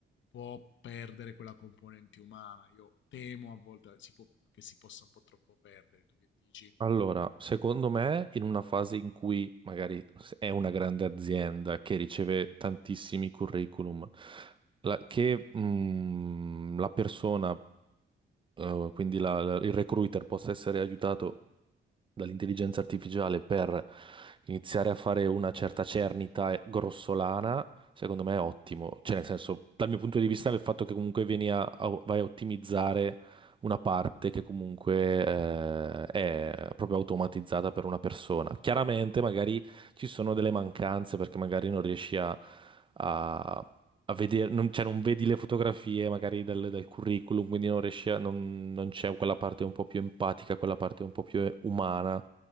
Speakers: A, on the left (about 65°); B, on the right (about 25°).
A: può perdere quella componente umana. Io temo a volte si può- che si possa un po' troppo perdere. Tu che dici?
B: Allora, secondo me, in una fase in cui magari è una grande azienda che riceve tantissimi curriculum, la- che mm, la persona, eh, quindi la- la- il recruiter possa essere aiutato dall'intelligenza artificiale per iniziare a fare una certa cernita e- grossolana, secondo me è ottimo. Cioè, nel senso, dal mio punto di vista, il fatto che comunque vieni a, a- vai a ottimizzare una parte che comunque eh, è proprio automatizzata per una persona. Chiaramente magari ci sono delle mancanze perché magari non riesci a, a a vedere, non, cioè non vedi le fotografie magari del, del curriculum, quindi non riesci a, non, non c'è quella parte un po' più empatica, quella parte un po' più umana